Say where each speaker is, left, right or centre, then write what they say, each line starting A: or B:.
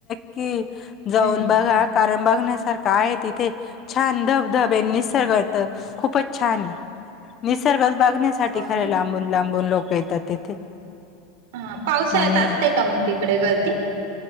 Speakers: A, on the left; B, on the right.
A: कि जाऊन
B: हम्म
A: बघा कारण बघण्यासारखा आहे तिथे छान दब धबे
B: हा
A: निसर्गतर
B: हा
A: खूपच छान आहे. निसर्गच बघण्यासाठी
B: हो
A: खरे
B: ना
A: लांबून लांबून लोक येतात तिथे.
B: हा पावसाळ्यात
A: आणि
B: असते का मग तिकडे गर्दी?